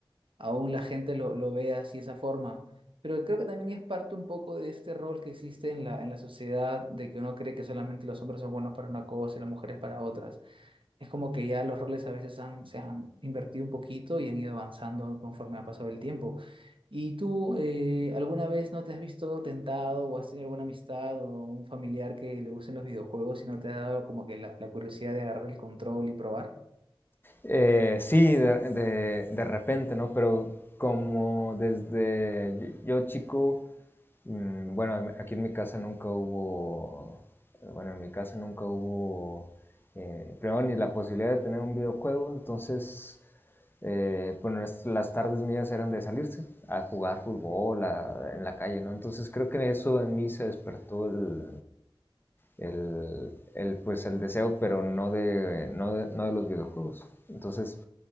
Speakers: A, on the right; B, on the left.
A: aún la gente lo, lo vea así de esa forma. Pero creo que también es parte un poco de este rol que existe en la, en la sociedad, de que uno cree que solamente los hombres son buenos para una cosa y las mujeres para otras. Es como que ya los roles a veces han, se han invertido un poquito y han ido avanzando conforme ha pasado el tiempo. ¿Y tú eh, alguna vez no te has visto tentado o has tenido alguna amistad o un familiar que le gusten los videojuegos y no te ha dado como que la, la curiosidad de agarrar el control y probar?
B: Eh, sí, de, de, de repente, ¿no? Pero como desde yo, yo chico, mm, bueno, en- aquí en mi casa nunca hubo, bueno, en mi casa nunca hubo, eh, primero ni la posibilidad de tener un videojuego, entonces, eh, bueno, las las tardes mías eran de salirse a jugar fútbol a- en la calle, ¿no? Entonces creo que eso en mí se despertó el, el, el, pues el deseo, pero no de, no de, no de los videojuegos. Entonces,